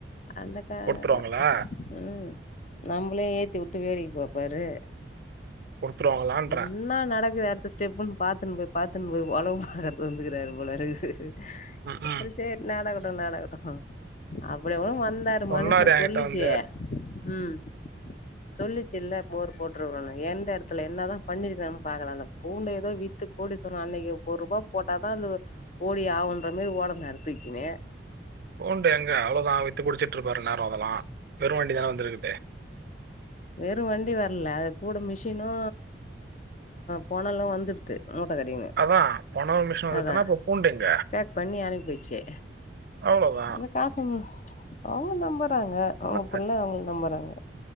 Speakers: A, on the left; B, on the right.
A: அந்தக்கததா
B: குடுத்துருவாங்களா?
A: ம் நம்மளையே ஏத்தி வுட்டு வேடிக்கை பாப்பாரு
B: குடுத்துருவாங்களான்றேன்.
A: என்ன நடக்குது ஸ்டெப்புன்னு பாத்துன்னு போய் பாத்துன்னு போய் உலவு பாக்க வந்துக்குறாரு போலருக்கு சேரி
B: ம்ஹ்ம்.
A: சேரி நடக்கட்டு நடக்கட்டு அப்டி அப்டி மாத் ந்தாரு
B: சொன்னாரு
A: மனுஷே
B: என்கிட்ட
A: சொல்லுச்சே
B: வந்து,
A: ம் சொல்லிச்சு இல்ல ஃபோர் போட்ருவனு எந்த எடத்துல என்ன தா பண்ணிருக்குறாங்கனு பாக்கலா அந்த பூண்ட எதோ வித்து போட் கூடுத்சி அன்னைக்கி ஒரு ரூபா் போட்டா தா அது கோடி ஆகுன்ற மாரி ஓடனாரு தூக்கினு
B: பூண்டு எங்க அவ்ளோதா வித்து குடிச்சிட்ருப்பாரு இன்னேரோ அதல்லா வெறுவண்டி தா வந்துருக்குது
A: வெறு வண்டி வரல அது கூட மிஷினு போனலும் வந்துடுது மூட்ட கட்டினு
B: அதான் போன ஒரு மிஷன் வந்துதுன்னா,
A: அதா
B: அப்ப பூண்டு எங்க?
A: ஃபேக் பண்ணி அனுப்பியாச்சு
B: அவ்வளோதான்.
A: அந்தகாசு அவுங்க நம்பறாங்க அவுங்க
B: ஆனா
A: புள்ள அவுங்க நம்புறாங்க